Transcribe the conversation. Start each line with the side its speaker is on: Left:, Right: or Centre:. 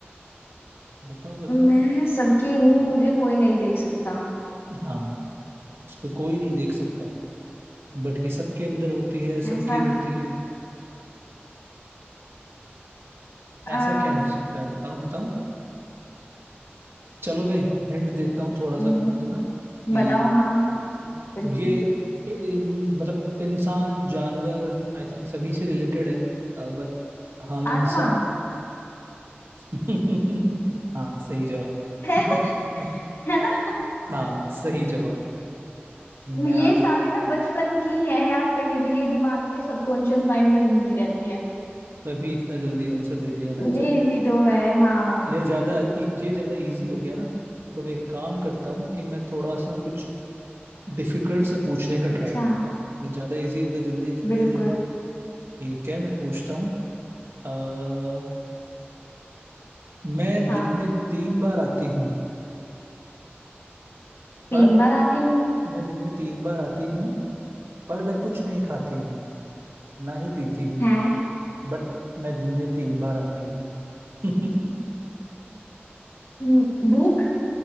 Right: बताओ बताओ
Left: मैं सबकी हूँ मुझे कोई नहीं देख सकता
Right: हाँ इसको कोई नहीं देख सकता बट ये सबके अंदर होती है सबकी
Left: ऐसा
Right: होती है ऐसा
Left: आ,
Right: क्या हो सकता है बताओ बताओ चलो मैं हिंट देता हूँ थोड़ा सा
Left: हम्म,
Right: तुमको ना कि
Left: बताओ हाँ
Right: अ,
Left: बिल्कुल
Right: ये इन मतलब इंसान जानवर आई थिंक सभी से रिलेटेड है बट हम इंसान
Left: आत्मा
Right: <laughs> हाँ सही जवाब
Left: है
Right: <laughs>
Left: है ना
Right: हाँ सही जवाब मैं
Left: ये
Right: आ-
Left: सारे ना बचपन की हैं यार पहेली ये दिमाग में सबकॉन्शियस माइंड में घूमती रहती है
Right: तभी इतना जल्दी आंसर दे दिया है
Left: तूने
Right: ना चल
Left: भी तो है हाँ
Right: यह ज्यादा ये ज्यादा इजी हो गया ना तो मैं एक काम करता हूँ कि मैं थोड़ा सा कुछ डिफिकल्ट सा पूछने का ट्राई
Left: अच्छा
Right: करता हूँ ये ज्यादा इजी हो गया जल्दी जल्दी
Left: बिल्कुल
Right: ठीक है मैं पूछता हूँ अ, मैं
Left: हाँ
Right: दिन में तीन बार आती हूँ पर
Left: तीन बार आती हूँ
Right: मैं दिन में तीन बार आती हूँ पर मैं कुछ नहीं खाती हूँ ना ही पीती हूँ
Left: हैं
Right: बट मैं दिन में तीन बार आती हूँ <laughs>
Left: हम्म, भूख